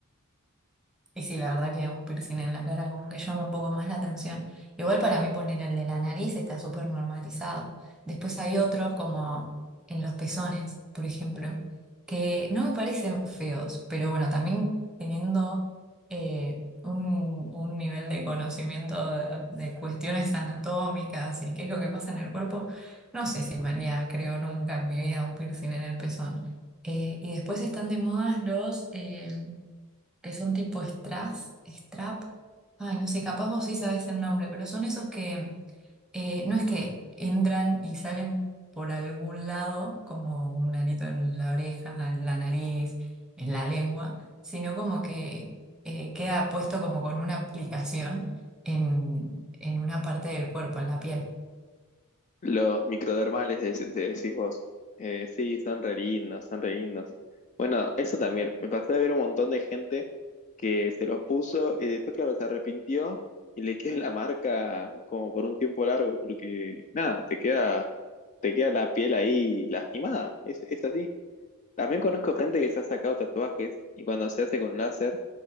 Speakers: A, in the centre; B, on the left.
A: Y sí, la verdad que un piercing en la cara como que llama un poco más la atención. Igual para mí poner el de la nariz está súper normalizado. Después hay otros como en los pezones, por ejemplo, que no me parecen feos, pero bueno, también teniendo eh, un, un nivel de conocimiento de, de cuestiones anatómicas y qué es lo que pasa en el cuerpo, no sé si me haría, creo, nunca en mi vida un piercing en el pezón. Eh, y después están de moda los... eh, que son tipo strass, strap. Ay, no sé, capaz vos sí sabés el nombre, pero son esos que eh, no es que entran y salen por algún lado, como un arito en la oreja, en la nariz, en la lengua, sino como que eh, queda puesto como con una aplicación en, en una parte del cuerpo, en la piel.
B: Los microdermales, de, de- decís vos. Eh, sí, son re lindos, son re lindos. Bueno, eso también. Me pasé de ver un montón de gente que se los puso y después, claro, se arrepintió y le queda la marca como por un tiempo largo, porque nada, te queda, te queda la piel ahí lastimada. Es, es así. También conozco gente que se ha sacado tatuajes y cuando se hace con láser,